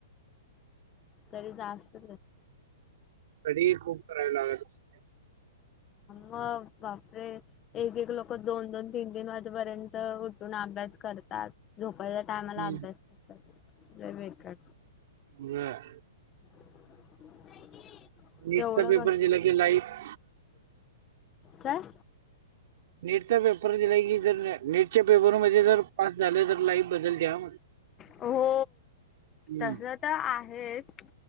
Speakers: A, on the left; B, on the right.
A: कधी जास्त
B: तयारी खूप करायला लागत असल.
A: मग बापरे एक एक लोक दोन दोन तीन तीन वाजेपर्यंत उठून आ भ्यास करतात झोपायच्या टायमाला
B: हम्म,
A: अभ्यास करतात लय बेकार
B: व्हय.
A: <unintelligible>
B: नीटचा
A: एवढं
B: पेपर
A: कस
B: दिला क लाईफ
A: काय
B: नीटचा पेपर दिला की जर नेटच्या पेपरमध्ये जर पास झालं तर लाईफ बदल त्या हं.
A: हो
B: हम्म,
A: तस तर आहेच.